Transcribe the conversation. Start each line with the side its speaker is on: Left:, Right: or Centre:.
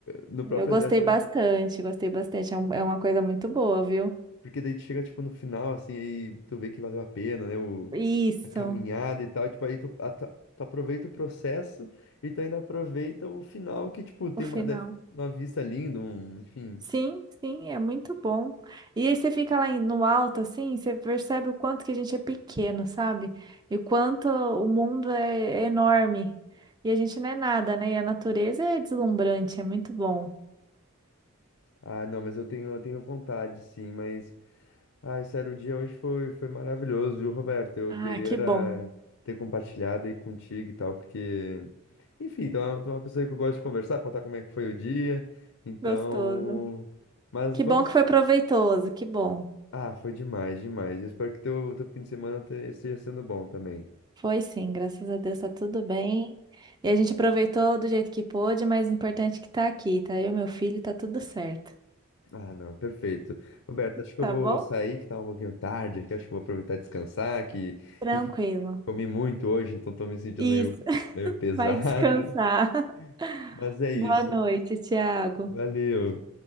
Left: no próprio
Right: eu gostei
Left: exército,
Right: bastante,
Left: eu-
Right: gostei bastante. É, um- é uma coisa muito boa, viu?
Left: porque daí tu chega, tipo, no final, assim, aí tu vê que valeu a pena, né, o,
Right: Isso,
Left: a caminhada e tal, tipo, aí tu, a- tu, tu aproveita o processo e tu ainda aproveita o final que, tipo, tem
Right: o final.
Left: uma, deve- uma vista linda, um, enfim.
Right: Sim, sim, é muito bom. E aí você fica lá em- no alto, assim, você percebe o quanto que a gente é pequeno, sabe? E o quanto o mundo é, é enorme. E a gente não é nada, né? E a natureza é deslumbrante, é muito bom.
Left: Ah, não, mas eu tenho, eu tenho vontade, sim, mas Ai, sério, o dia hoje foi, foi maravilhoso, viu, Roberto? Eu
Right: Ah,
Left: queria
Right: que
Left: era
Right: bom.
Left: ter compartilhado aí contigo e tal, porque, enfim, tu é tu é uma pessoa que eu gosto de conversar, contar como é que foi o dia, então.
Right: Gostoso.
Left: Mas
Right: Que
Left: vamos.
Right: bom que foi proveitoso, que bom.
Left: Ah, foi demais, demais. Eu espero que teu, teu fim de semana te- esteja sendo bom também.
Right: Foi sim, graças a Deus tá tudo bem. E a gente aproveitou do jeito que pôde, mas o importante é que tá aqui, tá? Eu, meu filho, tá tudo certo.
Left: Ah, não, perfeito. Roberto, acho que
Right: Tá
Left: eu vou
Right: bom?
Left: sair, que tá um pouquinho tarde que acho que eu vou aproveitar e descansar, que,
Right: Tranquilo.
Left: enfim, comi muito hoje, então tô me sentindo
Right: Isso.
Left: meio, meio pesado.
Right: Vai descansar.
Left: <laughs>
Right: <laughs>
Left: Mas é isso.
Right: Boa noite, Tiago.
Left: Valeu.